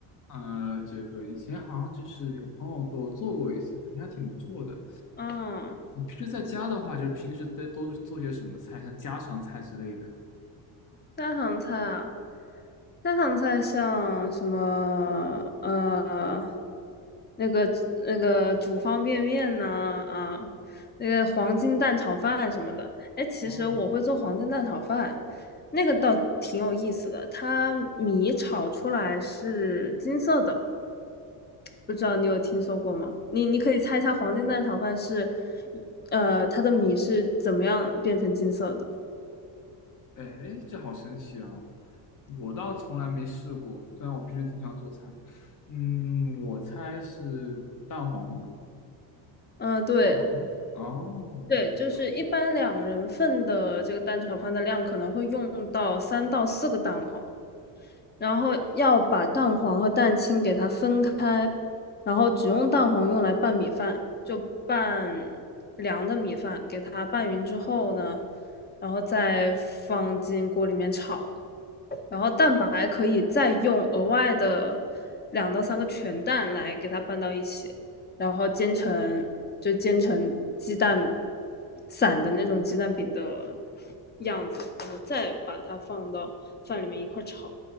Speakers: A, on the left; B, on the left.
A: 呃，这个以前好像就是有朋友给我做过一次，感觉还挺不错的。
B: 嗯。
A: 你平时在家的话，就是平时在都是做些什么菜，像家常菜之类的？
B: 家常菜啊，家常菜像什么呃，那个那个煮方便面呐啊，那个黄金蛋炒饭什么的。哎，其实我会做黄金蛋炒饭，
A: 哦，
B: 那个倒挺有意思的。它米炒出来是金色的，不知道你有听说过吗？你你可以猜猜黄金蛋炒饭是，呃，它的米是怎么样变成金色的？
A: 哎，这好神奇哦！我倒从来没试过，虽然我平时经常做菜。嗯，我猜是蛋黄。
B: 嗯、对。
A: 蛋黄吗？哦，
B: 对，
A: 原来是这样。
B: 就是一般两人份的这个蛋炒饭的量可能会用到三到四个蛋黄，然后要把蛋黄和蛋清给它分开，然后只用蛋黄用来拌米饭，就拌凉的米饭，给它拌匀之后呢，然后再放进锅里面炒。然后蛋白可以再用额外的两到三个全蛋来给它拌到一起，然后煎成就煎成鸡蛋散的那种鸡蛋饼的样子，然后再把它放到饭里面一块炒。